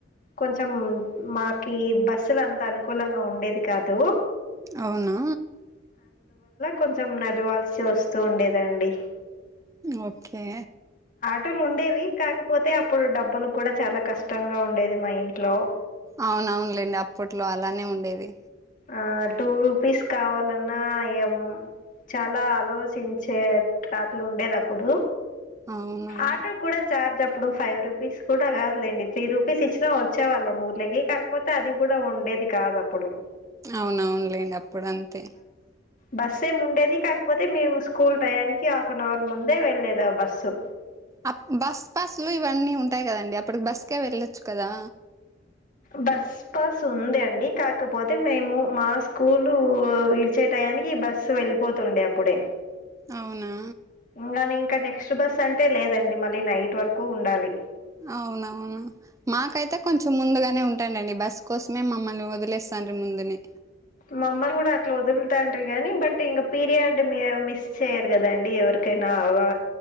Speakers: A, on the left; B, on the right.
A: కొంచం మాకీ బస్సులు అంత అనుకూలంగా ఉండేది కాదూ.
B: అవునా
A: కొంచెం నడివాల్సి వస్తూ ఉండేదండి.
B: ఓకే
A: టులు ఉండేవి కాకపోతే అప్పుడు డబ్బులు కూడా చాలా కష్టంగా ఉండేది మా ఇంట్లో.
B: అవున్ అవున్లేండి అప్పట్లో అలానే ఉండేది.
A: ఆ టూ రూపీస్ కావాలన్నా ఎం చాలా ఆలోచించే తాట్లు ఉండేది అప్పుడూ.
B: అవునవును
A: ఆటోక్ గూడా చార్జ్ టప్పుడు ఫైవ్ రూపీస్ కూడా గాదులేండి త్రీ రూపీస్ ఇచ్చినా వచ్చే వాళ్ళం ఊర్లేకి కాకపోతే అది గూడా ఉం డేది కాదు అప్పుడు.
B: అవున్ అవున్లేండి అప్పుడు అంతే
A: బస్సేం ఉండేది కాక్పోతే మేము స్కూల్ టయానికి హాఫ్ ఆన్ అవర్ ముందే వెళ్లేది ఆ బస్సు.
B: అప్ బస్ పాసులూ ఇవన్నీ ఉంటాయి కదండి అప్పుడు బస్కే వెళ్ళొచ్చు కదా.
A: బస్ పాస్ ఉంది అండి కాకపోతే మేము మా స్కూలు విడిచే టై యానికి బస్సు వెళ్ళిపోతుండే అప్పుడే
B: అవునా
A: ఉమ్ గానీ ఇంకా నెక్స్ట్ బస్ అంటే లేదండి మళ్ళీ నైట్ వరకూ ఉండాలి
B: అవునవును మాకైతే కొంచెం ముందుగానే ఉన్ టానండండి బస్ కోసమే మమ్మల్ని వదిలేస్తాండ్రి ముందునే
A: మమ్మరు గూడా అట్లా వదులుతాంటే గానీ బట్ ఇంక పీరియడ్ మ్యావ్ మిస్ చెయ్యరు గదండి ఎవరు కైనా అవగా